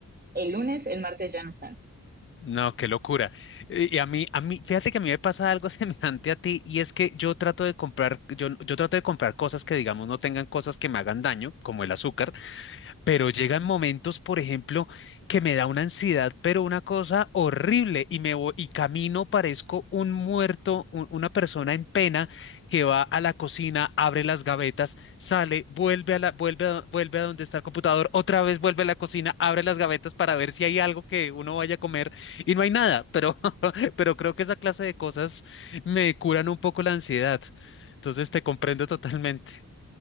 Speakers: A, on the right; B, on the left.
A: el lunes, el martes ya no están.
B: No, qué locura. Eh, Y a mí, a mí, fíjate que a mí me pasa algo <laughs> semejante a ti y es que yo trato de comprar, yo, yo trato de comprar cosas que digamos no tengan cosas que me hagan daño, como el azúcar pero llegan momentos, por ejemplo, que me da una ansiedad, pero una cosa horrible, y me vo- y camino, parezco un muerto, un- una persona en pena que va a la cocina, abre las gavetas, sale, vuelve a la, vuelve a, vuelve a donde está el computador, otra vez vuelve a la cocina, abre las gavetas para ver si hay algo que uno vaya a comer y no hay nada, pero, <laughs> pero creo que esa clase de cosas me curan un poco la ansiedad. Entonces te comprendo totalmente.